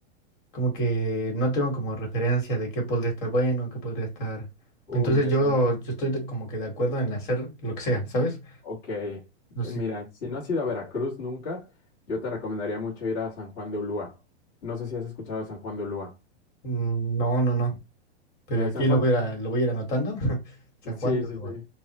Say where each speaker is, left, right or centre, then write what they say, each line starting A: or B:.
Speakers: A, on the left; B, on the left.
A: como que no tengo como referencia de qué podría estar bueno, qué podría estar.
B: Uy,
A: Entonces
B: mira,
A: yo,
B: si no.
A: yo estoy de- como que de acuerdo en hacer lo que sea, ¿sabes?
B: Ok, eh,
A: No sé,
B: mira, si no has ido a Veracruz nunca, yo te recomendaría mucho ir a San Juan de Ulúa. No sé si has escuchado de San Juan de Ulúa.
A: mm, no, no, no. Pero
B: Mira,
A: aquí
B: San Juan,
A: lo voy a, ir a- lo voy a ir anotando. <laughs> San
B: sí,
A: Juan de
B: sí,
A: Ulúa,
B: sí.